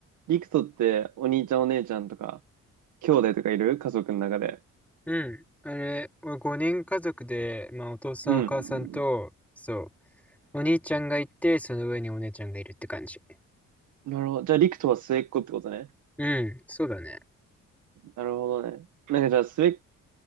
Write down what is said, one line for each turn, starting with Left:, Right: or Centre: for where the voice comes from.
Right: リクトってお兄ちゃんお姉ちゃんとか、兄弟とかいる家族の中で。
Centre: うん。あれ、5人家族で、まあ、お父さんお母さんと、
Right: うん。
Centre: そう、お兄ちゃんがいて、その上にお姉ちゃんがいるって感じ。
Right: なるほど。じゃあ、リクトは末っ子ってことね。
Centre: うん、そうだね。
Right: なるほどね。なんかじゃあ、末っ